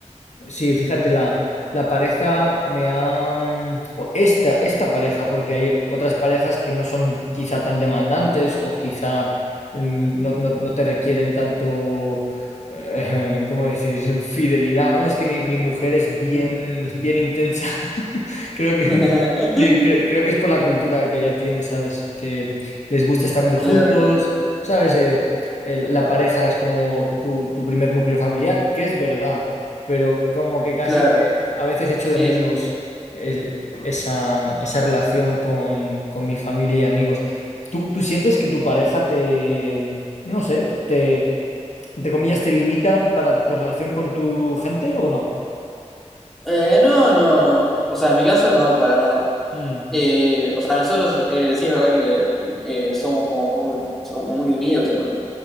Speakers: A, on the left; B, in the centre.
A: Sí, fíjate, la, la pareja me ha... mm, o esta, esta pareja, porque hay otras parejas que no son quizá tan demandantes o quizá mm, no, no- no te requieren tanto, eh, <laughs> ¿cómo decir?, fidelidad, ¿no? Es que mi, mi mujer es bien,
B: <laughs>
A: bien intensa. <laughs> Creo que
B: Claro,
A: Sí, cre- creo que es por la cultura que ya tiene, ¿sabes? Que les gusta estar muy
B: claro,
A: juntos, ¿sabes? Eh, el- la pareja es como tu, tu primer núcleo familiar, que es verdad, pero como que casi
B: claro.
A: que a veces echo
B: Sí,
A: de menos
B: sí, sí.
A: eh, esa, esa relación con, con mi familia y amigos. ¿Tú, tú sientes que tu pareja te, no sé, te, entre comillas, te limita para tu relación con tu gente o no?
B: Eh, no, no, no. O sea, en mi caso no, para nada.
A: Mm,
B: Eh, o sea, nosotros eh, sí es verdad que eh, somos como muy, o sea, como muy unidos, tipo, no-